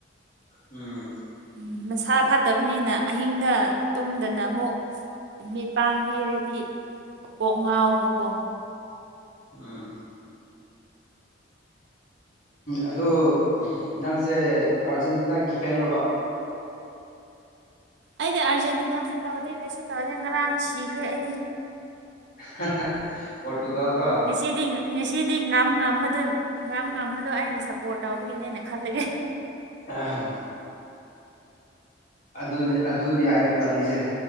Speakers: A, on the left; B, on the right.
A: ꯎꯝ
B: ꯎꯝ ꯃꯁꯥ ꯐꯠꯇꯕꯅꯤꯅ ꯑꯍꯤꯡꯗ ꯇꯨꯝꯗꯅ ꯑꯃꯨꯛ ꯃꯤꯠ ꯄꯥꯡꯕꯤꯔꯗꯤ ꯀꯣꯛ ꯉꯥꯎꯕ ꯀꯣ
A: ꯎꯝ ꯑꯗꯨ ꯅꯪꯁꯦ ꯑꯥꯔꯖꯦꯟꯇꯤꯅꯥꯒꯤ ꯐꯦꯟꯔꯕ
B: ꯑꯩꯗꯤ ꯑꯥꯔꯖꯦꯟꯇꯤꯅꯥꯁꯨ ꯇꯧꯗꯦ ꯀꯩꯁꯨ ꯇꯧꯗꯦ ꯉꯔꯥꯡ ꯁꯤꯈ꯭ꯔꯦ ꯑꯩꯗꯤ
A: ꯍꯥꯍꯥ ꯄꯣꯔꯇꯨꯒꯜ ꯀꯣ
B: ꯉꯁꯤꯗꯤ ꯉꯁꯤꯗꯤ ꯉꯥꯝ ꯉꯝꯕꯗꯨ ꯉꯥꯝ ꯉꯝꯕꯗꯣ ꯑꯩꯅ ꯁꯞꯄꯣꯔꯠ ꯇꯧꯕꯒꯤꯅꯦꯅ ꯈꯜꯂꯒꯦ
A: ꯑꯍꯝ ꯑꯗꯨꯅꯤ ꯑꯗꯨꯅꯤ ꯑꯩꯅ ꯇꯜꯂꯤꯁꯦ